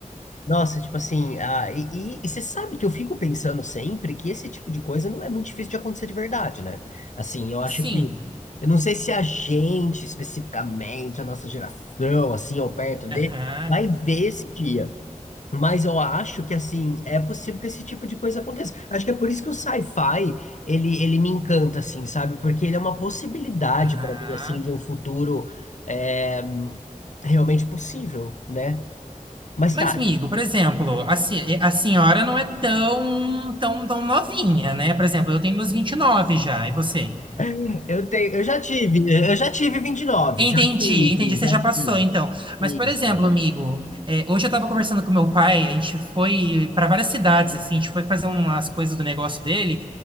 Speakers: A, on the left (about 60°); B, on the right (about 35°).
A: Nossa, tipo assim, ah, e, e- e você sabe que eu fico pensando sempre que esse tipo de coisa não é muito difícil de acontecer de verdade, né? Assim, eu acho
B: Sim.
A: que, eu não sei se a gente, especificamente, a nossa geração, assim, ou perto de,
B: Aham.
A: vai ver esse dia. Mas eu acho que, assim, é possível que esse tipo de coisa aconteça. Acho que é por isso que o sci-fi, ele, ele me encanta, assim, sabe? Porque ele é uma possibilidade
B: <laughs> Aham.
A: para mim, assim, de um futuro é, realmente possível, né? Mas
B: Mas,
A: tá,
B: amigo, por exemplo, a, se- a senhora não é tão, tão, tão novinha, né? Por exemplo, eu tenho meus 29 já, e você?
A: <clears throat> eu tenho, eu já tive, eu já tive 29,
B: Entendi,
A: já tive,
B: entendi, você
A: já
B: já
A: tive.
B: passou, então.
A: Isso.
B: Mas, por exemplo, amigo, é, hoje eu estava conversando com meu pai, a gente foi para várias cidades, assim, a gente foi fazer umas coisas do negócio dele,